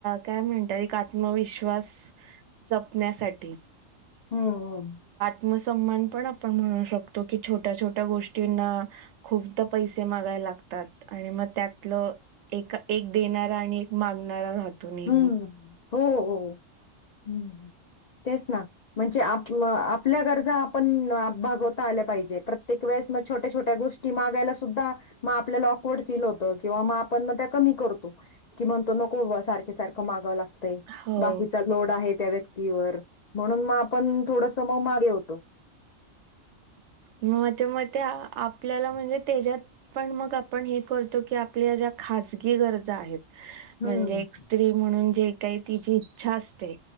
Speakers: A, on the right (about 70°); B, on the left (about 80°).
A: काय म्हणतात एक आत्म आत्मविश्वास जपण्यासाठी.
B: हम्म हम्म.
A: आत्मसम्मान पण आपण म्हणू शकतो की छोट्या छोट्या गोष्टींना खूप त पैसे मागाय लागतात आणि मग त्यातलं एक एक देणारा आणि एक मागणारा राहतो नेहमी
B: हम्म हो हो हम्म. तेच ना म्हणजे आप आपल्या गरजा आपण भागवता आल्या पाहिजे प्रत्येक वेळेस छोटया छोटया गोष्टी मागयला सुद्धा म आपल्याला ऑकवर्ड फील होत किंवा आपण म त्या कमी करतो तो की म्हणतो नको बाबा सारखं सारखं मागावं लागतय
A: हो
B: बाकीचा लोड आहे त्या व्यक्तीवर म्हणून मग आपण थोड सम मागे होतो.
A: माझ्या मते आप ल्याला म्हणजे त्याच्यात पण मग आपण हे करतो की आपल्या ज्या खाजगी गरजा आहेत.
B: हम्म
A: म्हणजे एक स्त्री म्हणून जे काही तिची इच्छा असते.